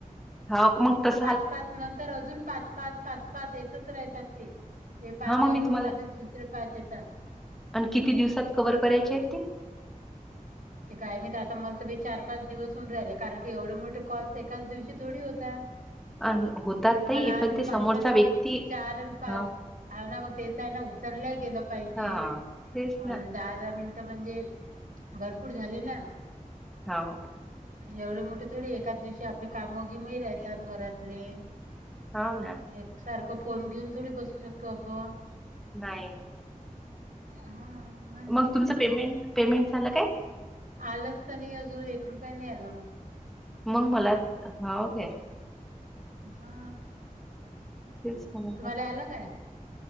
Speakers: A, in the centre; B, on the right.
A: हो मग तस
B: पाच, पाच नंतर अजून पाच, पाच, पाच, पाच येतच राहतात ते. ते पाच
A: हा
B: झाले
A: मग मी तुम्हाला
B: की लगेच दुसरे पाच येतात.
A: आणि किती दिवसात कव्हर करायचे आहेत ते.
B: ते काय मी आता मला तर चार, पाच दिवस होऊन राहिले कारण की, एवढे मोठे कॉल्स एकाच दिवशी थोडी होतात.
A: आणि होतात ताई
B: मला
A: पण
B: आज
A: ते समोरचा
B: पाचवा दिवस
A: व्यक्ती
B: चार आणि पाच.
A: हा
B: ह ना मग तेचा आहे ना उचलल्या गेलं पाहिजे
A: हा
B: अ
A: तेच ना
B: दहा, दहा मिनटं म्हणजे पुढ झाले ना.
A: हा ह.
B: एवढे मोठे थोडे एकाद दिवशी आपले कामघीमही राहतात घरातले.
A: हो ना.
B: एक सारखं फोन घेऊन थोडी बसू शकतो आपण.
A: बाय.
B: हा म्हणून
A: मग तुमचं पेमेंट पेमेंट झालं काय?
B: आलंच तर नाही अजून एक रुपया नाही आला मला.
A: मग मला हाव घ्या.
B: हा
A: तेच म्हणत
B: तुम्हाला आलं काय?